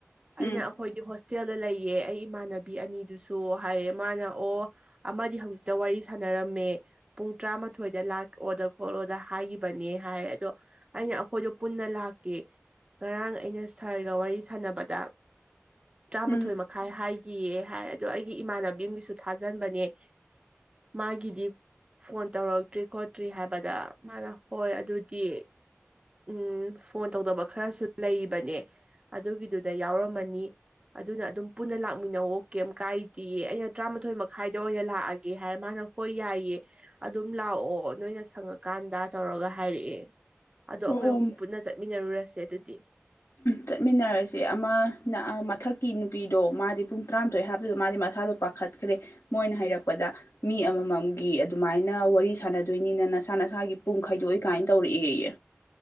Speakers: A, on the right (about 25°); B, on the left (about 75°).
A: ꯑꯩꯅ
B: ꯎꯝ
A: ꯑꯩꯈꯣꯏꯗꯤ ꯍꯣꯁꯇꯦꯜꯗ ꯂꯩꯌꯦ ꯑꯩ ꯏꯃꯥꯟꯅꯕꯤ ꯑꯅꯤꯗꯨꯁꯨ ꯍꯥꯏꯔꯦ ꯃꯥꯅ ꯑꯣ ꯑꯃꯗꯤ ꯍꯧꯖꯤꯛꯇ ꯋꯥꯔꯤ ꯁꯥꯟꯅꯔꯝꯃꯦ ꯄꯨꯡ ꯇꯔꯥꯃꯥꯊꯣꯏꯗ ꯂꯥꯛꯑꯣꯗ ꯈꯣꯠꯂꯣꯗ ꯍꯥꯏꯒꯤꯕꯅꯦ ꯍꯥꯏ ꯑꯗꯣ ꯑꯩꯅ ꯑꯈꯣꯏꯗꯣ ꯄꯨꯟꯅ ꯂꯥꯛꯀꯦ ꯉꯔꯥꯡ ꯑꯩꯅ ꯁꯥꯔꯒ ꯋꯥꯔꯤ ꯁꯥꯟꯅꯕꯗ ꯇꯔꯥꯃꯥꯊꯣꯏ
B: ꯎꯝ
A: ꯃꯈꯥꯏ ꯍꯥꯏꯒꯤꯌꯦ ꯍꯥꯏ ꯑꯗꯣ ꯑꯩꯒꯤ ꯏꯃꯥꯟꯅꯕꯤ ꯑꯝꯒꯤꯁꯨ ꯊꯥꯖꯟꯕꯅꯦ ꯃꯥꯒꯤꯗꯤ ꯐꯣꯟ ꯇꯧꯔꯛꯇ꯭ꯔꯤ ꯈꯣꯠꯇ꯭ꯔꯤ ꯍꯥꯏꯕꯗ ꯃꯥꯅ ꯍꯣꯏ ꯑꯗꯨꯗꯤ ꯎꯝ ꯐꯣꯟ ꯇꯧꯗꯕ ꯈꯔꯁꯨ ꯂꯩꯔꯤꯕꯅꯦ ꯑꯗꯨꯒꯤꯗꯨꯗ ꯌꯥꯎꯔꯝꯃꯅꯤ ꯑꯗꯨꯅ ꯑꯗꯨꯝ ꯄꯨꯟꯅ ꯂꯥꯛꯃꯤꯟꯅꯧꯑꯣ ꯀꯩꯝ ꯀꯥꯏꯗꯤꯌꯦ ꯑꯩꯅ ꯇꯔꯥꯃꯥꯊꯣꯏ ꯃꯈꯥꯏꯗ ꯑꯣꯏꯅ ꯂꯥꯛꯑꯒꯦ ꯍꯥꯏꯔ ꯃꯥꯅ ꯍꯣꯏ ꯌꯥꯏꯌꯦ ꯑꯗꯨꯝ ꯂꯥꯛꯑꯣ ꯅꯣꯏꯅ ꯁꯪꯉꯀꯥꯟꯗ ꯇꯧꯔꯒ ꯍꯥꯏꯔꯛꯑꯦ ꯑꯗꯣ ꯑꯩꯈꯣꯏ
B: ꯑꯣ ꯑꯣ
A: ꯑꯍꯨꯝ ꯄꯨꯟꯅ ꯆꯠꯃꯤꯟꯅꯔꯨꯔꯁꯦ ꯑꯗꯨꯗꯤ
B: ꯆꯠꯃꯤꯟꯅꯔꯁꯦ ꯑꯃꯅ ꯃꯊꯛꯀꯤ ꯅꯨꯄꯤꯗꯣ ꯃꯥꯗꯤ ꯄꯨꯡ ꯇꯔꯥꯃꯥꯊꯣꯏ ꯍꯥꯏꯕꯗꯨꯗ ꯃꯥꯗꯤ ꯃꯁꯥꯗꯣ ꯄꯥꯛ ꯈꯠꯈ꯭ꯔꯦ ꯃꯣꯏꯅ ꯍꯥꯏꯔꯛꯄꯗ ꯃꯤ ꯑꯃꯃꯝꯒꯤ ꯑꯗꯨꯃꯥꯏꯅ ꯋꯥꯔꯤ ꯁꯥꯟꯅꯗꯣꯏꯅꯤꯅ ꯅꯁꯥ ꯅꯁꯥꯒꯤ ꯄꯨꯡ ꯈꯥꯏꯗꯣꯛꯏ ꯀꯥꯏꯅ ꯇꯧꯔꯛꯑꯦꯌꯦ